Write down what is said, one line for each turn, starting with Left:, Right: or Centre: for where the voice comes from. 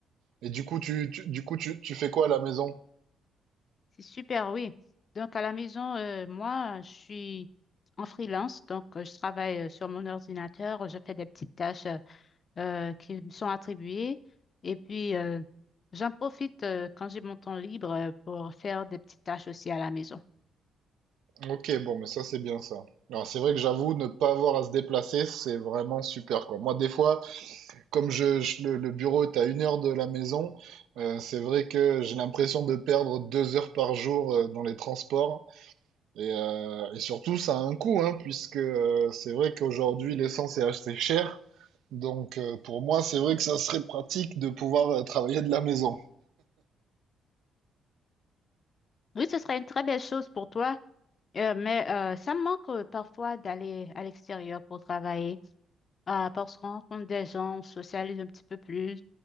Right: Et du coup, tu, tu- du coup, tu, tu fais quoi à la maison?
Left: C'est super, oui. Donc, à la maison, euh, moi, je suis en freelance, donc euh, je travaille euh, sur mon ordinateur, je fais des petites tâches euh, euh, qui me sont attribuées. Et puis, euh, j'en profite euh, quand j'ai mon temps libre euh, pour faire des petites tâches aussi à la maison.
Right: Ok, bon, mais ça, c'est bien ça. Alors, c'est vrai que j'avoue, ne pas avoir à se déplacer, c'est vraiment super, quoi. Moi, des fois, comme je, je- le, le bureau est à une heure de la maison, euh, c'est vrai que j'ai l'impression de perdre deux heures par jour euh, dans les transports. Et, euh, et surtout, ça a un coût, hein, puisque euh, c'est vrai qu'aujourd'hui, l'essence est assez chère. Donc, euh, pour moi, c'est vrai que ça serait pratique de pouvoir euh, travailler de la maison.
Left: Oui, ce serait une très belle chose pour toi, euh, mais euh, ça me manque euh, parfois d'aller à l'extérieur pour travailler, euh, parce qu'on rencontre des gens, on socialise un petit peu plus,